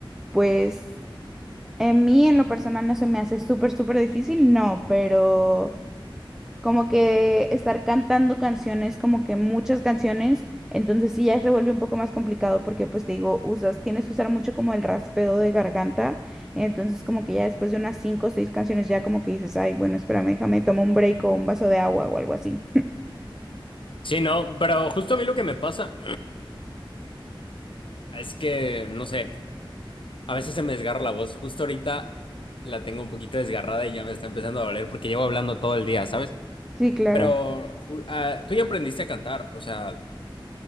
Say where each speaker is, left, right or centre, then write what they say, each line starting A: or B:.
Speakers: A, in the centre; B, on the left (about 70°).
A: pues en mí en lo personal no se me hace súper, súper difícil, no, pero como que estar cantando canciones, como que muchas canciones, entonces sí ya se vuelve un poco más complicado porque pues te digo, usas, tienes que usar mucho como el raspeo de garganta, entonces como que ya después de unas cinco o seis canciones ya como que dices, ay, bueno, espérame, déjame, tomo un break o un vaso de agua o algo así. <laughs>
B: Sí, no, pero justo a mí lo que me pasa <clears throat> es que, no sé, a veces se me desgarra la voz. Justo ahorita la tengo un poquito desgarrada y ya me está empezando a doler porque llevo hablando todo el día, ¿sabes?
A: Sí, claro.
B: Pero ju- ah, tú ya aprendiste a cantar, o sea,